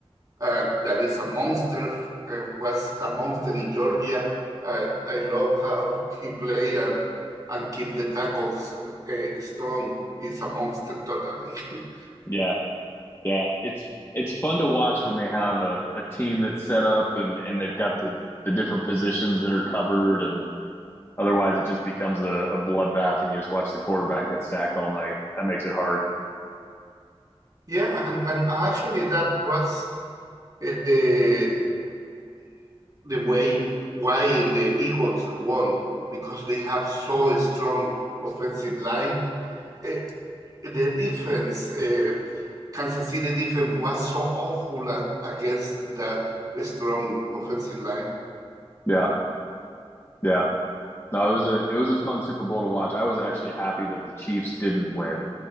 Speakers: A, on the right; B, on the left.
A: uh, that is a monster, uh, was a monster in Georgia. Uh, I love how he played and, and keep the tackles uh, strong. He's a monster, totally. <laughs>
B: Yeah. Yeah, it's it's fun to watch when they have a, a team that's set up and and they've got the the different positions that are covered and otherwise it just becomes a, a bloodbath and you just watch the quarterback get sacked all night. That makes it hard.
A: Yeah, and, and actually that was uh, the the way why the Eagles won because they have so a strong offensive line. Eh, the defense, uh, Kansas City defense was so awful a- against that strong offensive line.
B: Yeah, yeah. No, it was a it was a fun Super Bowl to watch. I was actually happy that the Chiefs didn't win